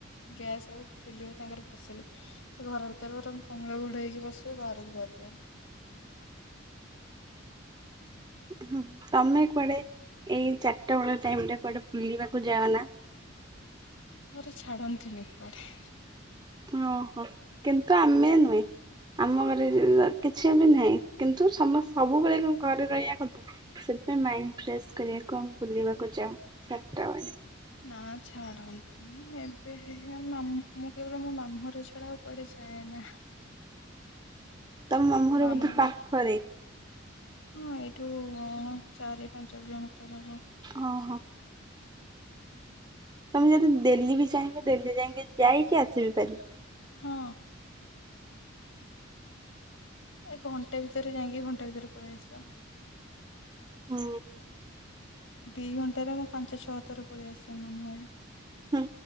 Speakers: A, on the left; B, on the right.
A: ଗ୍ୟାସ୍ ହଉ ଚୁଲିରେ ତାଙ୍କର ପସିଲେ। ସେ ଘର ଭିତରେ ବରଂ କମଳ ଘୋଡେଇହେଇକି ବସିବେ ବାହାରକୁ ବାହାରିବେନି।
B: ହୁଁ ତମେ କୁଆଡେ ଏଇ ଚାରିଟା ବେଳ ଟାଇମ ରେ କୁଆଡେ ବୁଲିବାକୁ ଯାଅ ନା?
A: ମୋର ଛାଡନ୍ତିନି କୁଆଡେ।
B: ଓହୋ କିନ୍ତୁ ଆମେ
A: ଓ
B: ନୁହେଁ। ଆମ ଘରେ କିଛି ବି ନାହିଁ କିନ୍ତୁ ସମ ସବୁବେଳେ କଁ ଘରେ ରହିବା କଥା? ସେଥିପାଇଁ ମାଇଣ୍ଡ ଫ୍ରେଶ କରିବାକୁ ଆମେ ବୁଲିବାକୁ ଯାଉ ଚାରିଟା ବଡେ।
A: ନା ଛାଡ଼ନ୍ତି ଏବେ <unintelligible> ମୁଁ କେବଳ ମୋ ମାମୁଁର ଛଡା ଆଉ କୁଆଡେ ଯାଏ ନା।
B: ତମ ଘର
A: ମାମୁଁ
B: ବୋଧେ ପାଖରେ
A: ହଁ ଏଇଠୁ ଚାରି ପାଞ୍ଚ କିଲୋମିଟର ହବ।
B: ହଁ ହଁ। ତମେ ଯଦି ଡେଲୀ ବି ଚାହିଁବ ଡେଲୀ ଯାଇକି ଯାଇକି ଆସିବି ପାରିବ।
A: ହଁ। ଏ ଘଣ୍ଡେ ଭିତରେ ଯାଇଁକି ଘଣ୍ଡେ ଭିତରେ ପଳେଇ ଆସିବା।
B: ହଁ।
A: ଦିଘଣ୍ଟାରେ ମୁଁ ପାଞ୍ଚ ଛଅ ଥର ପଳେଇ ଆସେ ମାମୁଁ ଘରୁ।
B: ହୁଁ।